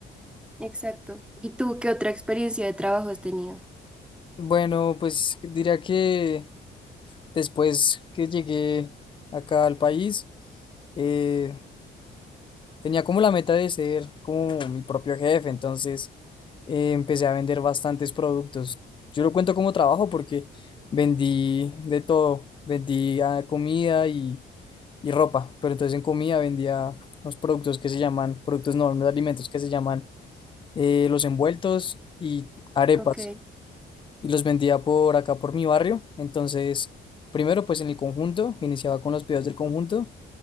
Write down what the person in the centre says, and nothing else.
exacto. ¿Y tú qué otra experiencia de trabajo has tenido?
Ok,